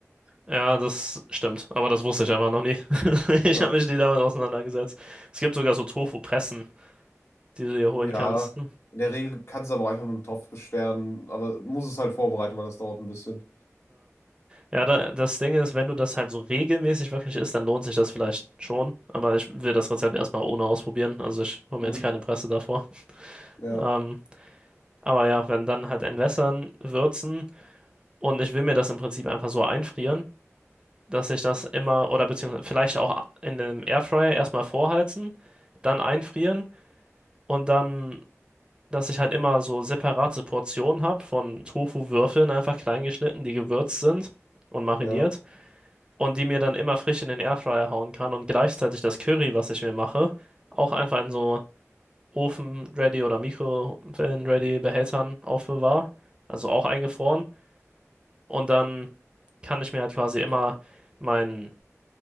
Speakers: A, on the right (about 20°); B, on the left (about 55°).
A: Ja, das stimmt. Aber das wusste ich einfach noch nie. <laughs> Ich
B: Ja,
A: habe
B: okay.
A: mich nie damit auseinandergesetzt. Es gibt sogar so Tofu-Pressen, die du dir holen
B: Ja,
A: kannst.
B: in der Regel kannst du aber auch einfach mit dem Topf beschweren, aber muss es halt vorbereiten, weil das dauert ein bisschen.
A: Ja, da, das Ding ist, wenn du das halt so regelmäßig wirklich isst, dann lohnt sich das vielleicht schon. Aber ich will das Rezept erstmal ohne ausprobieren. Also ich hole
B: Mhm.
A: mir jetzt keine Presse davor.
B: Ja,
A: Ähm, aber ja, wenn dann halt entwässern, würzen und ich will mir das im Prinzip einfach so einfrieren, dass ich das immer oder beziehungsweise vielleicht auch in dem Airfryer erstmal vorheizen, dann einfrieren und dann, dass ich halt immer so separate Portionen habe von Tofu-Würfeln einfach klein geschnitten, die gewürzt sind und mariniert.
B: ja.
A: und die mir dann immer frisch in den Airfryer hauen kann und gleichzeitig das Curry, was ich mir mache, auch einfach in so Ofen-ready oder Mikrowellen-ready Behältern aufbewahre, also auch eingefroren und dann kann ich mir halt quasi immer mein,